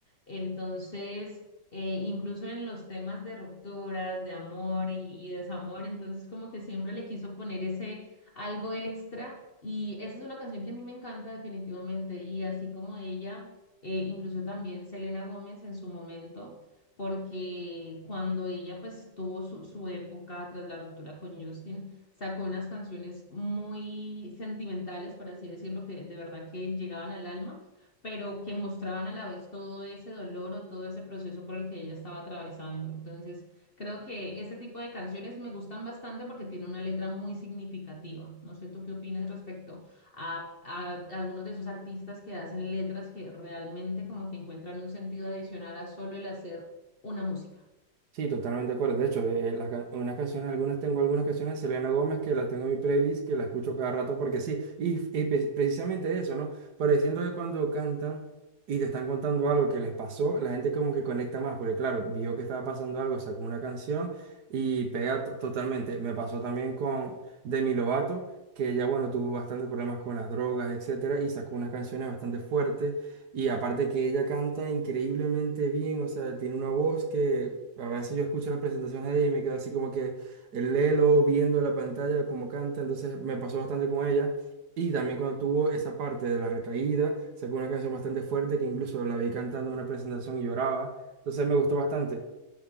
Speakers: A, on the left; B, on the right.
A: Entonces, eh, incluso en los temas de rupturas, de amor y, y desamor, entonces como que siempre le quiso poner ese algo extra. Y esa es una canción que a mí me encanta definitivamente. Y así como ella, eh, incluso también Selena Gómez en su momento porque cuando ella pues tuvo su, su época tras la ruptura con Justin, sacó unas canciones muy sentimentales, por así decirlo, que de verdad que llegaban al alma, pero que mostraban a la vez todo ese dolor o todo ese proceso por el que ella estaba atravesando. Entonces, creo que ese tipo de canciones me gustan bastante porque tiene una letra muy significativa. No sé tú qué opinas respecto a, a algunos de esos artistas que hacen letras que realmente como que encuentran un sentido adicional a solo el hacer una música.
B: Sí, totalmente de acuerdo. De hecho, eh, las can- unas canciones, algunas tengo algunas canciones de Selena Gómez que las tengo en mi playlist, que las escucho cada rato porque sí. Y, y pre- precisamente eso, ¿no? Pareciendo que cuando cantan y te están contando algo que les pasó, la gente como que conecta más, porque claro, vio que estaba pasando algo, sacó una canción y pega to- totalmente. Me pasó también con Demi Lovato, que ella, bueno, tuvo bastantes problemas con las drogas, etcétera, y sacó unas canciones bastante fuertes. Y aparte que ella canta increíblemente bien, o sea, tiene una voz que, a veces yo escucho las presentaciones de ella y me quedo así como que el lelo viendo la pantalla, como canta, entonces me pasó bastante con ella. Y también cuando tuvo esa parte de la recaída, sacó una canción bastante fuerte que incluso la vi cantando en una presentación y lloraba. Entonces me gustó bastante.